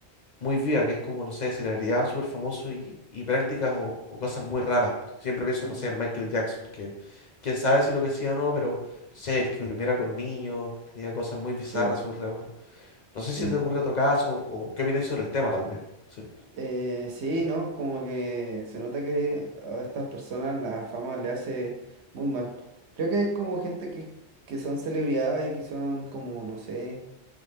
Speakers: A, on the left; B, on the right.
A: muy viva, que es como, no sé, celebridad súper famoso y, y prácticas o, o cosas muy raras. Siempre pienso,
B: mm,
A: no sé, en
B: mm,
A: Michael Jackson, que quién sabe si lo que hacía o no, pero, no sé, el que durmiera con niños, tenía cosas muy bizarras
B: chivo,
A: a su alrededor. No
B: sí.
A: sé si te ocurre otro caso o qué opináis sobre el tema, tal vez. Sí,
B: Eh, sí, ¿no? Como que se nota que a estas personas la fama le hace muy mal. Creo que hay como gente que, que son celebridades y que son como, no sé,